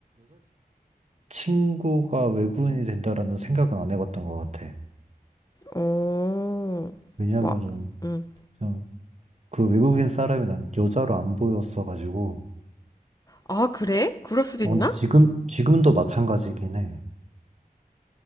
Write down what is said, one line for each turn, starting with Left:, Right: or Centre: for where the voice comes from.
Right: 여자친구가 외국인이 된다라는 생각은 안 해봤던 것 같아.
Left: 어,
Right: 왜냐면은
Left: 막, 응.
Right: 좀 그 외국인 사람이 난 여자로 안 보였어가지고.
Left: 아, 그래? 그럴 수도 있나?
Right: 어, 근데 지금, 지금도 마찬가지긴 해.